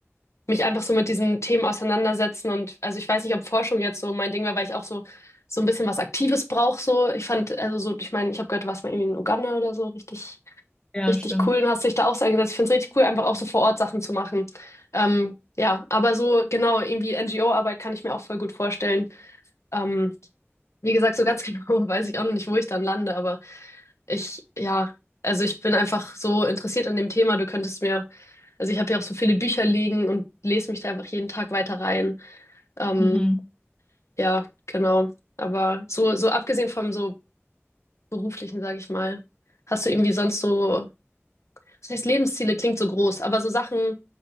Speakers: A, on the left; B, on the left.
A: mich einfach so mit diesen Themen auseinandersetzen. Und also ich weiß nicht, ob Forschung jetzt so mein Ding war, weil ich auch so, so ein bisschen was Aktives brauche. So. Ich fand, also so, ich meine, ich habe gehört, du warst mal irgendwie in Uganda oder so, richtig,
B: Ja,
A: richtig
B: stimmt.
A: cool und hast dich da auch so eingesetzt. Ich finde es richtig cool, einfach auch so vor Ort Sachen zu machen. Ähm, ja, aber so genau, irgendwie NGO-Arbeit kann ich mir auch voll gut vorstellen. Ähm, wie gesagt, so ganz <laughs> genau weiß ich auch noch nicht, wo ich dann lande, aber ich, ja, also ich bin einfach so interessiert an dem Thema, du könntest mir also ich habe ja auch so viele Bücher liegen und lese mich da einfach jeden Tag weiter rein. Ähm,
B: Mhm.
A: ja, genau. Aber so, so abgesehen vom so beruflichen, sage ich mal, hast du irgendwie sonst so, das heißt Lebensziele klingt so groß, aber so Sachen,